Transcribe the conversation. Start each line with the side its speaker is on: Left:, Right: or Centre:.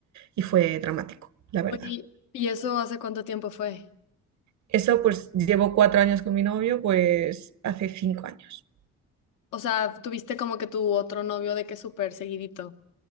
Right: Y fue dramático, la verdad.
Left: Oye, ¿y eso hace cuánto tiempo fue?
Right: Eso pues llevo cuatro años con mi novio, pues hace cinco años.
Left: O sea, tuviste como que tu otro novio de que súper seguidito.